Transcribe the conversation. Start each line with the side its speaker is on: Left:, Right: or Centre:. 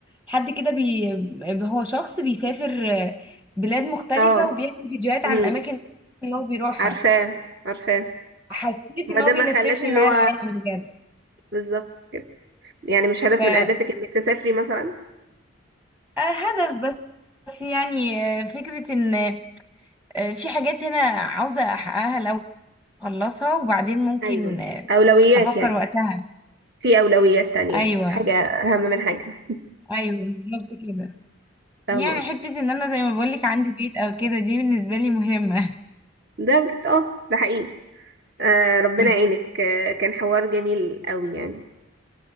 Centre: حد كده بي هو شخص بيسافر آه، بلاد مختلفة
Right: اه
Centre: وبيعمل فيديوهات
Right: امم
Centre: عن الاماكن اللي هو بيروحها
Right: عارفاه عارفاه
Centre: فحسيت
Right: ما
Centre: ان
Right: ده
Centre: هو
Right: ما
Centre: بيلففني
Right: خلاش ان
Centre: معاه
Right: هو
Centre: العالم
Right: بالظبط كده يعني مش هدف
Centre: بجد
Right: من اهدافك انك تسافري مثلا
Centre: آه، هدف بس بس يعني آه، فكرة ان آه، في حاجات هنا عاوزة احققها لو اخلصها وبعدين ممكن
Right: ايوه
Centre: آه،
Right: اولويات
Centre: افكر
Right: يعني
Centre: وقتها
Right: في اولويات تانية
Centre: ايوه
Right: حاجة اهم من حاجة
Centre: ايوه بالظبط كده
Right: فاهمة
Centre: يعني
Right: قصدي
Centre: حتة ان انا زي ما بقولك عندي بيت او كده دي بالنسبة لي مهمة
Right: ده بجد اه ده حقيقي آه ربنا
Centre: بس
Right: يعينك آه كان حوار جميل قوي يعني